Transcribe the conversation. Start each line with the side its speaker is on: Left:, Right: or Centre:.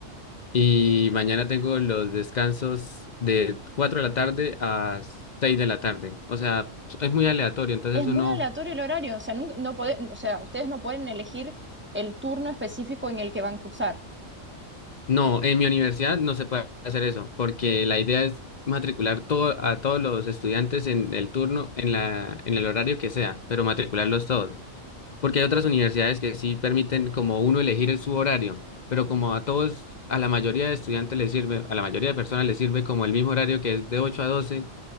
Left: y mañana tengo los descansos de cuatro de la tarde a seis de la tarde. O sea, es muy aleatorio. Entonces
Right: Es muy
Left: uno,
Right: aleatorio el horario, o sea, nunca- no pode- o sea, ustedes no pueden elegir el turno específico en el que van a cursar.
Left: no, en mi universidad no se puede hacer eso, porque la idea es matricular todo, a todos los estudiantes en el turno, en la, en el horario que sea, pero matricularlos todos. Porque hay otras universidades que sí permiten como uno elegir el- su horario, pero como a todos, a la mayoría de estudiantes les sirve, a la mayoría de personas les sirve como el mismo horario que es de 8 a 12